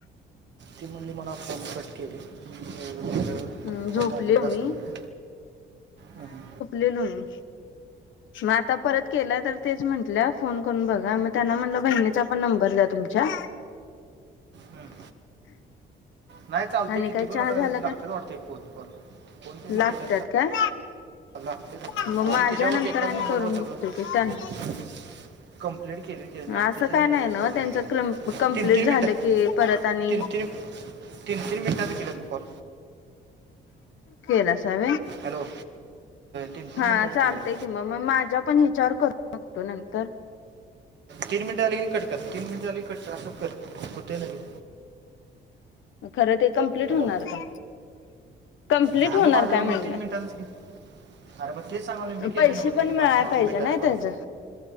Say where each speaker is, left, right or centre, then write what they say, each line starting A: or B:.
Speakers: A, on the right; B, on the left.
A: ती म्हणली मला फोन कट केले <unintelligible>
B: हम्म झोपलेलो
A: फोन दाजीकड असल
B: मी
A: म्हणलं हम हम.
B: लेलो मी म आता परत केला तर तेच म्हंटल्या फोन करून बघा मग त्यांना म्हटलं बहिणीचा पण नंबर द्या तुमच्या
A: हम. नाही चालतय
B: आणि
A: किती
B: काय
A: पण
B: चहा
A: आता
B: झाला
A: लागत्यात
B: का
A: वाटत फोन कॉल फोन पन
B: लागतात
A: केला
B: काय?
A: लागत्यात आता
B: मग माझ्या
A: ते तिच्यावर
B: नंतर
A: एकाच
B: आणि
A: नंबर
B: करून
A: वर सगळं.
B: बघतो की त्यांना
A: कंप्लेट केलोय की मी आता
B: असं
A: त्याच्या
B: काय
A: हेच्यावर
B: नाही ना
A: करून
B: त्यांच
A: गेलं
B: कंप्लीट
A: तीन तीन
B: झालं
A: मिनिटं
B: की परत आणि
A: तीन तीन, तीन तीन मिनिटांचं केल्यात ब कॉल.
B: केलासा व्हय
A: हॅलो तीन तीन
B: हा
A: मिनटाचं
B: चालतय
A: केलं बघ
B: की म. म म माझ्या पण ह्याच्यावर करून बघतो नंतर.
A: तीन मिनिटं झाली कने कट कर तीन मिनिटं झाली कट कर अस कर होतय लगेच.
B: खरं ते कमप्लीट
A: हॅलो
B: होणार का? कम्प्लीट
A: झालं
B: होणार
A: माझं
B: काय
A: नव
B: म्हणलं
A: मी तीन मिनिटांचच केल. अरे म तेच सांगालोय मी केलं
B: पैसे
A: नव्ह
B: पण
A: तीन
B: मिळाय
A: म तीन
B: पाहिजे
A: तीन मिनिटाचं
B: नाही
A: करून.
B: त्याच